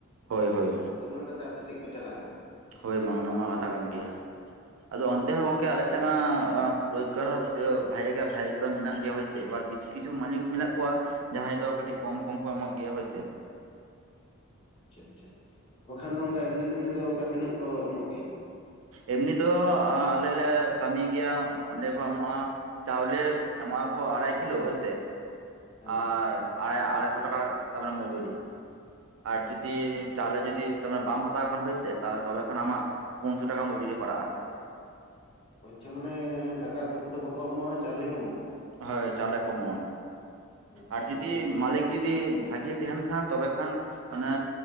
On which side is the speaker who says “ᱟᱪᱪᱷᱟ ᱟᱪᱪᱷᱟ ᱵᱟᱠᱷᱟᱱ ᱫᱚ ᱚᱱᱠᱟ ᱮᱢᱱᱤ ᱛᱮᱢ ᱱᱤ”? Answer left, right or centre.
Left